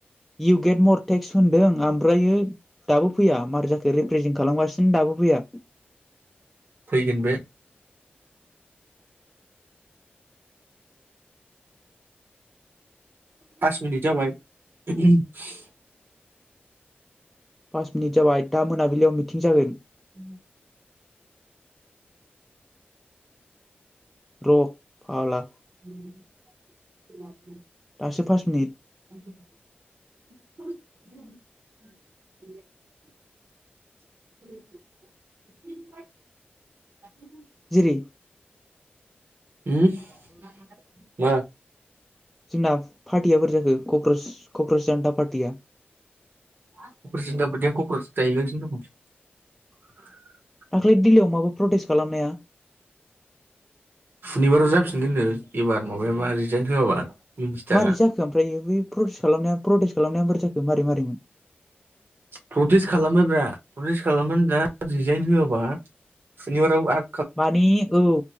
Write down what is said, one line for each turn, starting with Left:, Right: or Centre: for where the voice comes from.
Centre: इउ गेट मर टेक्स होनदों ओमफ्रायो दाबो फैया मारै जाखो रिप्रेजेन्ट खालामगासिनो दाबो फैया
Right: फैगोन बे पास मिनिट जाबाय <unintelligible>
Centre: पास मिनिट जाबाय दा मोनाबिलियाव मिथिं जागोन।
Right: उ
Centre: र' फाग्ला
Right: <unintelligible>
Centre: दासो पास मिनिट
Right: <unintelligible> <unintelligible>
Centre: जिरि
Right: <unintelligible> <unintelligible> मा
Centre: जोंना पार्टिया बोरे जाखो कक्रझ- क'क्राझ जानथा पार्टिया
Right: कक्राझारनि दावबादिया <unintelligible>
Centre: दाख्लै दिल्लीयाव माबा प्रटेस्ट खालामनाया
Right: सुनिबाराव जाफिनगोन नो एबार माबाया मा रिजाइन होआबा मिनिस्टारा
Centre: मारै जाखो ओमफ्राय बै प्रटेस्ट खालामनाया प्रटेस्ट खालामनाया बोरै जाखो मारै मारैमोन?
Right: प्रटेस्ट खालामबाय ब्रा प्रटेस्ट खालामनानै दा रिजाइन होआबा सुनिबाराव आर
Centre: मानि औ